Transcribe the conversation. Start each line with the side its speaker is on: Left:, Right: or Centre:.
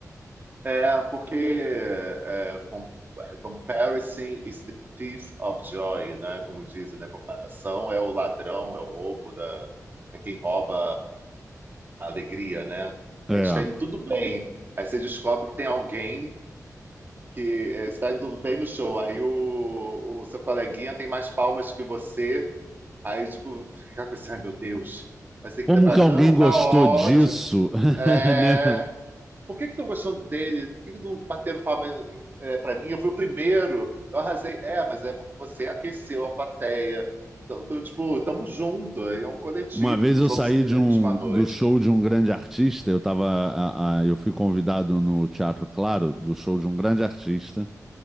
Right: É, porque é, com- é, comparison is the thief of joy, né? Como dizem, né? Comparação é o ladrão, é o roubo da, é quem rouba a alegria, né?
Centre: É.
Right: A gente tá indo tudo bem. Aí você descobre que tem alguém que é, está indo bem no show. Aí o, o seu coleguinha tem mais palmas que você. Aí, tipo, <laughs> fica com esse, ai meu Deus. Aí você quer
Centre: Como
Right: pra.
Centre: que
Right: Não,
Centre: alguém gostou
Right: tá ótimo.
Centre: disso, <laughs>
Right: É...
Centre: né?
Right: Por que que estão gostando dele? Por que que não bateram palma em- é, pra mim? Eu fui o primeiro. Eu arrasei. É, mas é porque você aqueceu a plateia. Então, tu, tipo, tamo junto. É um coletivo.
Centre: Uma vez eu
Right: Somos
Centre: saí
Right: um
Centre: de
Right: elenco
Centre: um
Right: de uma noite.
Centre: do show de um grande artista, eu tava, a- a- eu fui convidado no Teatro Claro do show de um grande artista.